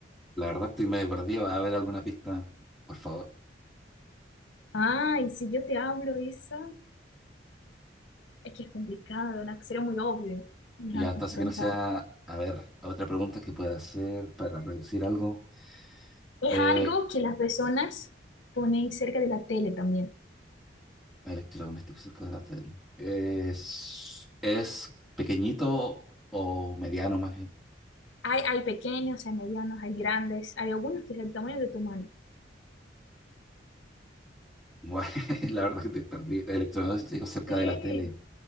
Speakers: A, in the centre; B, on the left (about 75°).
A: la verdad estoy medio perdido. A ver alguna pista, por favor.
B: Ah, y si yo te hablo eso, es que es complicado, ¿no? Sería muy obvio. Déjame
A: Ya, entonces
B: pensar.
A: que no sea, a ver, otra pregunta que pueda hacer para reducir algo.
B: Es
A: Eh,
B: algo que las personas ponen cerca de la tele también.
A: electrodoméstico cerca de la tele. Es, es pequeñito o mediano más bien.
B: Hay, hay pequeños, hay medianos, hay grandes, hay algunos que es el tamaño de tu mano.
A: Bueno, <laughs> la verdad que estoy perdido. Electrodoméstico cerca
B: Sí.
A: de la tele.